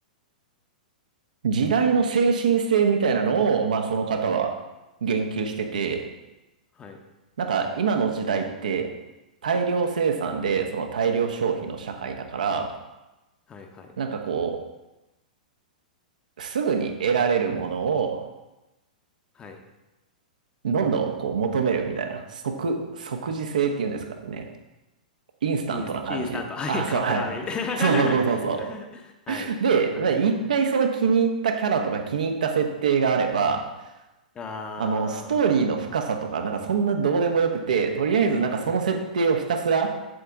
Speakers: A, on the right (about 65°); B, on the left (about 20°).
A: 時代の精神性みたいなのを、まあその方は言及してて、
B: はい、
A: なんか今の時代って大量生産でその大量消費の社会だから、
B: はい、はい、
A: なんかこう、すぐに得られるものを
B: はい。
A: どんどんこう求めるみたいな、即、即時性っていうんですかね。インスタントな感じ。
B: インス、インスタント、<laughs> はい、
A: あ、そう、
B: カップラーメンみたいな
A: はい。そうそうそうそうそ
B: <laughs> はい、
A: う。で、
B: はい。
A: まあ一回その気に入ったキャラとか気に入った設定があれば、
B: あ
A: あの、ストーリーの深さとか、なんかそんなどうでもよくて、とりあえずなんかその設定をひたすら